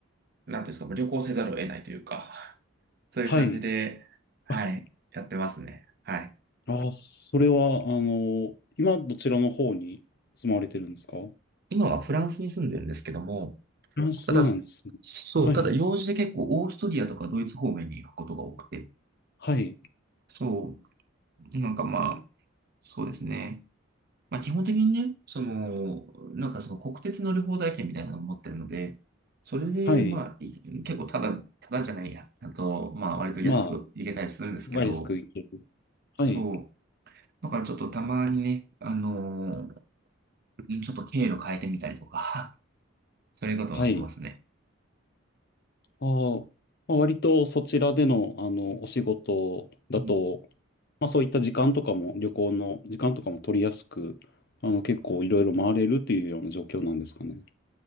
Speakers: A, on the right (about 45°); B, on the left (about 50°).
A: あ、なんていうんですか、まあ旅行せざるを得ないというか、<laughs> そういう感じで、
B: はい。
A: はい、
B: あ、
A: やってますね。はい。
B: あ、それは、あの、今どちらの方に住まわれてるんですか
A: 今はフランスに住んでるんですけども、
B: フランスなんですね。
A: ただ、そそう、
B: はい。
A: ただ用事で結構オーストリアとかドイツ方面に行くことが多くて、
B: はい。
A: そう、なんかまあ、そうですね。まあ、基本的にね、その、なんかその国鉄乗り放題券みたいなのを持ってるので、それで、
B: はい。
A: まあ、い結構ただ、ただじゃないや。あと、まあ、割と安く行けたりするんですけど、
B: まあ、ワイリスク行ける。
A: そう。
B: はい。
A: だからちょっとたまにね、あのーちょっと経路変えてみたりとか、<laughs> そういうこともしてますね。
B: はい。ああ、まあ、割とそちらでの、あの、お仕事だと、
A: うん
B: まあそういった時間とかも、旅行の時間とかも取りやすく、あの、結構いろいろ回れるっていうような状況なんですかね。